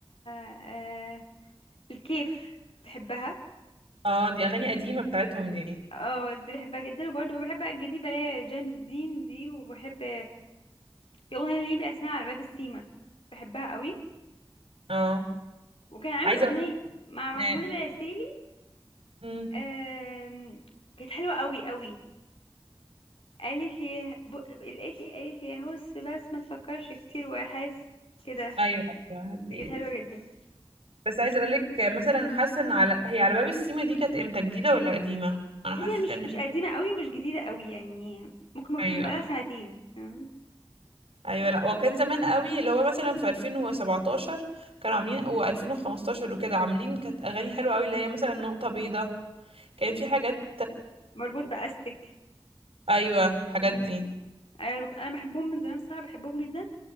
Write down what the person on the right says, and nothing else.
اه دي اغاني قديمه بتاعتهم دي
اه
عايزه
اقول
ان
امم
ايوه أيوة، هات
ايدك
بس عايزه اقول لك مثلا حاسه ان على هي على باب السيما دي كانت امتى جديده ولا قديمه انا
حاسه
ان
هي
ايوه
ايوه لا وكان زمان قوي اللي هو مثلا في 2017 كانوا عاملين و2015 وكده عاملين كانت اغاني حلوه قوي اللي هي مثلا نقطه بيضاء كان في حاجات
ايوه الحاجات
دي